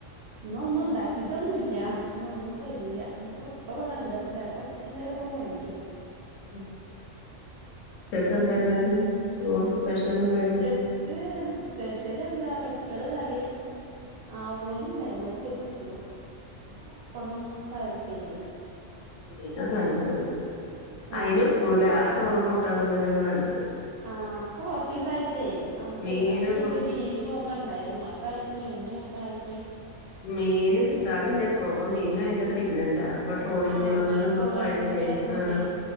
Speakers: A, on the right; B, on the left.
A: ഇന്ന് ഒന്നും ഇണ്ട സ്പെഷ്യൽ ഒന്നുമില്ല ഇപ്പ ഇവിടെ ഉണ്ട് ഇല്ല ഇപ്പ എന്തേലു കൊണ്ടു
B: മ് ഉച്ചയ്ക്ക്
A: ആഹ്
B: എന്ത് ഉണ്ടാക്കിയെ സ്പെഷ്യൽ
A: ഉച്ചക്ക്
B: ഉണ്ടായിനോ
A: സ്പെഷ്യൽ എന്താ വെത്തല് കറി ആവോലി ഉണ്ടായിരുന്നു പൊരിച്ചു പിന്നെ പപ്പടും പയറു പ്പേരി
B: പിനെ നല്ലത്
A: ആഹ്
B: അയിന് ഒക്കൂലെ ആ ചോറും നട്ടാണ തന്നെയാണ് നല്ലത്
A: ആഹ് അപ്പൊ കൊറച്ച ദിവസ ആയിട്ടേ അ പെരുന്നാളിന്
B: മീനൊന്നും
A: കിട്ടിയ ബീഫും ഒക്കെ ഉണ്ടായിരുന്നു ഒക്കെ ആയിട്ട് മീൻ കൂ ട്ടായിത്തെ
B: മീന് കിട്ടാണ് ഇല്ല പോകുമ്പോ മീന് ഭയങ്കര നണ്ടാ ഇപ്പൊ ട്രോളിംഗ്
A: ആഹ്
B: നിരോധനം
A: ട്രോളിങ്ങിന്റെ
B: ഇതൊക്കെ ആയിട്ടേ
A: ആഹ്
B: ആ